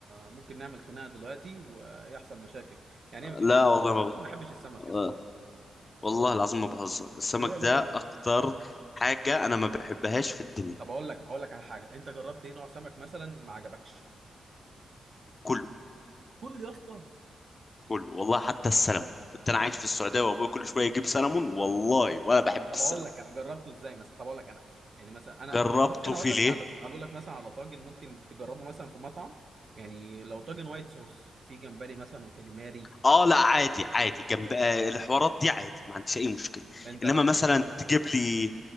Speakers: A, on the right; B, on the left.
A: ممكن نعمل خناقه دلوقتي ويحصل مشاكل يعني ايه ما بتحبش
B: لا والله
A: ما
B: ما ب...
A: بتحبش السمك
B: آه،
A: يا اسطى
B: والله العظيم ما بهزر السمك
A: لا لا
B: ده
A: لا
B: اكتر حاجة انا ما بحبهاش في الدنيا
A: طب اقول لك اقول لك على حاجه انت جربت ايه نوع سمك مثلا ما عجبكش
B: كله
A: كل يا اسطى
B: كله والله حتى السلمون كنت انا عايش في السعودية وابوي كل شوية يجيب سلمون والله ولا بحب
A: طب
B: السلمون
A: اقول لك انا جربته ازاي مثلا طب اقول لك انا يعني مثلا انا
B: جربته
A: ممكن اقول
B: فيليه
A: لك على اقول لك مثلا على طاجن ممكن تجربه مثلا في مطعم يعني لو طاجن وايت صوص في جمبري مثلا وكاليماري
B: اه لا عادي عادي جنب آه، الحوارات دي عادي ما عنديش اي مشكله
A: انت
B: انما
A: مثلا
B: مثلا تجيب لي